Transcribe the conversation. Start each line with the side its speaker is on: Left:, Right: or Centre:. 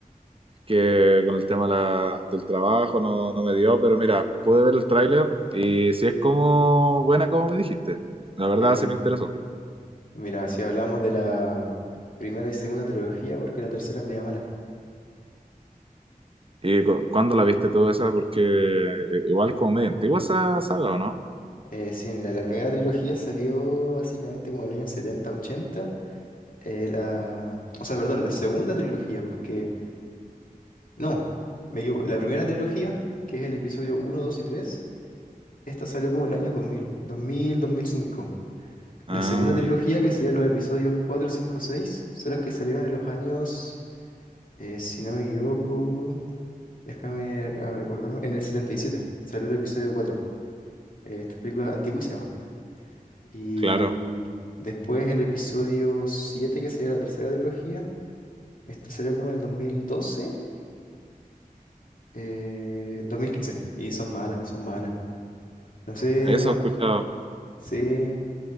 Right: Que con el tema de la- del trabajo no, no me dio, pero mira, pude ver el tráiler y si es como buena como me dijiste. La verdad
Left: Eh,
Right: sí me interesó.
Left: mira, si hablamos de la primera y segunda trilogía, porque la tercera es media mala.
Right: ¿Y cu- cuándo la viste tú esa? Porque eh, igual es como medio antigua esa saga, ¿o no?
Left: Eh, sí, mira, la primera trilogía salió básicamente como en el año 70 80. Eh, la, o sea, perdón, la segunda trilogía, porque... No, me equivoco. La primera trilogía, que es el episodio uno 2 y tres, esta salió como el año dos dos mil dos mil dos mil cinco.
Right: Ah,
Left: La segunda trilogía, que serían los episodios cuatro cinco 6, son las que salieron en los años Eh, si no me equivoco, déjame recordarme, en el 77 salió el episodio 4. eh, estas películas antiguísimas. po. Y
Right: claro.
Left: después el episodio 7, que sería la tercera trilogía, esta salió como en el 2012, eh, 2015. Y son malas, son malas. No sé,
Right: Eso
Left: demás.
Right: he escuchado.
Left: Sí, de